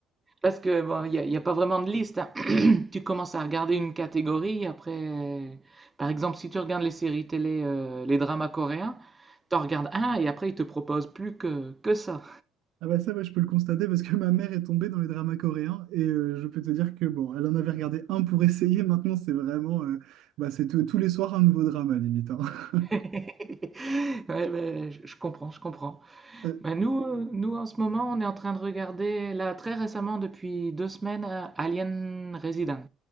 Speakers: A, on the right; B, on the right.
A: Parce que bon, il n'y a, il y a pas vraiment de liste. hein. <clears throat> Tu commences à regarder une catégorie, après, euh, par exemple, si tu regardes les séries télé, euh, les dramas coréens, t'en regardes un et après ils te proposent plus que, que ça.
B: Ah bah ça, ouais, je peux le constater parce que <laughs> ma mère est tombée dans les dramas coréens et euh, je peux te dire que bon, elle en avait regardé un pour essayer. Maintenant, c'est vraiment, euh, bah, c'est tous tous les soirs un nouveau drama limite. hein. <laughs>
A: <laughs> Ouais, ben, je, je comprends, je comprends.
B: Euh,
A: Ben, nous, euh, nous, en ce moment, on est en train de regarder, là, très récemment, depuis deux semaines, euh, Alien Resident.